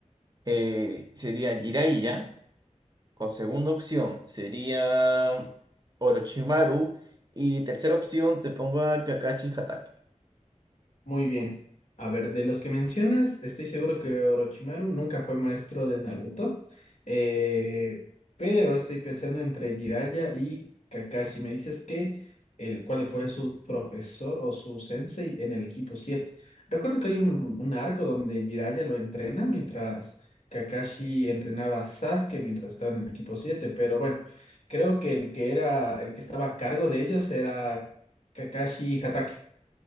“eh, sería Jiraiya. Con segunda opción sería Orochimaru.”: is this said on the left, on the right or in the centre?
Right